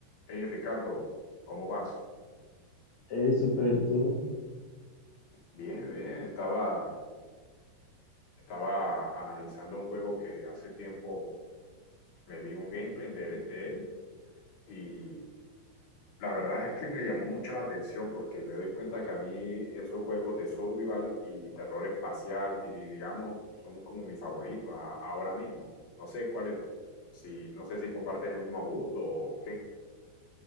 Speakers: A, on the left; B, on the left.
A: Hey Ricardo, ¿cómo vas?
B: Ey, super tú.
A: Bien, bien. Estaba, estaba analizando un juego que hace tiempo me vi un gameplay de él, de él y la verdad es que me llamó mucho la atención porque me doy cuenta que a mí esos juegos de survival y terror espacial, di- di- digamos, son como mis favoritos a- ahora mismo. No sé cuáles, si, no sé si compartes el mismo gusto o qué.